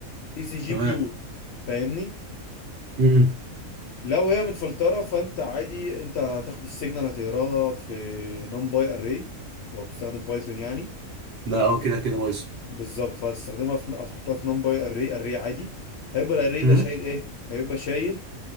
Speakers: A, on the left; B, on the right.
A: اي سي جي
B: تمام
A: بيور فاهمني
B: امم
A: لو هي متفلتره فانت عادي انت هتاخد السيجنال هتقراها في نum باي اري لو بتستخدم بايثون يعني
B: ده اه كده كده بايظ
A: بالظبط فهتستخدمها في هتحطها في نم باي اري اري عادي هيبقى الاري ده
B: امم
A: شايل ايه هيبقى شايل